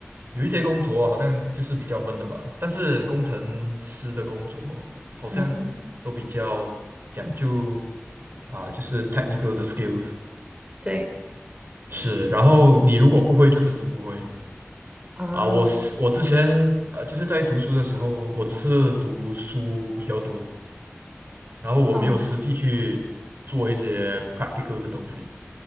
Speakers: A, on the right (about 50°); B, on the right (about 25°).
A: 有一些工作好像就是比较闷的吧，但是工程师的工作好像都比较讲究
B: 嗯哼，
A: 啊，就是 technical 的 skills
B: 对
A: 是，然后你如果不会就真的是不会
B: 啊，
A: 啊。我是我之前呃就是在读书的时候，我只是读书比较多，然后我没有实际去做一些
B: 哦
A: practical 的东西，